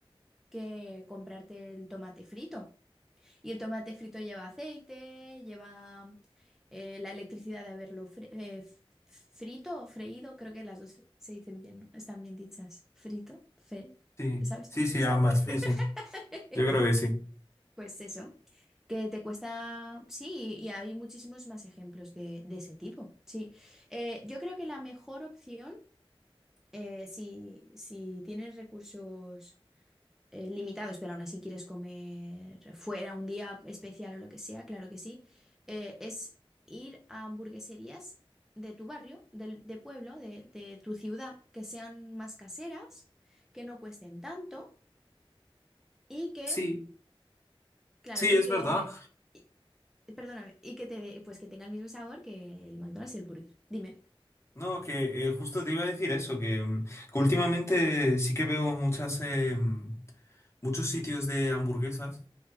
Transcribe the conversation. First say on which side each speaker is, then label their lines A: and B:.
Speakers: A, in the centre; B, on the left.
A: que comprarte el tomate frito. Y el tomate frito lleva aceite, lleva eh, la electricidad de haberlo fri- eh, f- frito o freído, creo que las dos se dicen bien, ¿no? Están bien dichas. Frito, fe,
B: Sí,
A: ¿sabes?
B: sí, sí,
A: Sí.
B: ambas, sí,
A: <laughs>
B: sí. Yo creo que sí.
A: Pues eso, que te cuesta, sí, y hay muchísimos más ejemplos de, de ese tipo, sí. Eh, yo creo que la mejor opción, eh, si, si tienes recursos eh, limitados, pero aún así quieres comer fuera un día especial o lo que sea, claro que sí, eh, es ir a hamburgueserías de tu barrio, del- de, pueblo, de, de tu ciudad, que sean más caseras, que no cuesten tanto y que,
B: Sí,
A: claro,
B: sí,
A: y
B: es
A: que,
B: verdad.
A: y- perdóname, y que te dé- pues que tenga el mismo sabor que el McDonald's y el Burger. Dime.
B: No, que eh, justo te iba a decir eso, que, mm, que últimamente sí que veo muchas, em, muchos sitios de hamburguesas.